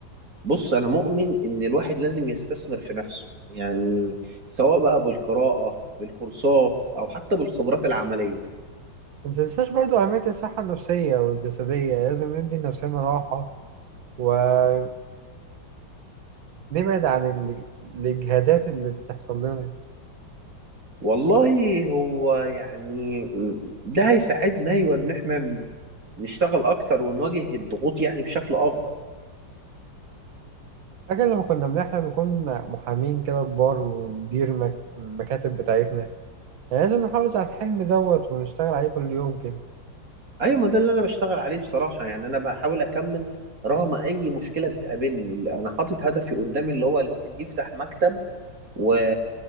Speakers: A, on the right; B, on the right.
A: بص انا مؤمن ان الواحد لازم يستثمر في نفسه يعني سواء بقى بالقراءة بالكورسات او حتى بالخبرات العملية
B: ما تنساش برضو أهمية الصحة النفسية والجسدية لازم ندي لنفسنا راحة ونحاول نبعد عن ال- الإجهادات اللي بتحصل لنا
A: والله هو يعني ده هيساعدنا ايوه ان احنا نشتغل اكتر ونواجه الضغوط يعني بشكل افضل
B: فاكر لما كنا بنحلم نكون محامين كده كبار وندير مك- المكاتب بتاعتنا لازم نحافظ على الحلم دوت ونشتغل عليه كل يوم كده
A: ايوه ما ده اللي انا بشتغل عليه بصراحه يعني انا بحاول اكمل رغم اي مشكله بتقابلني انا حاطط هدفي قدامي اللي هو الواحد يفتح مكتب و...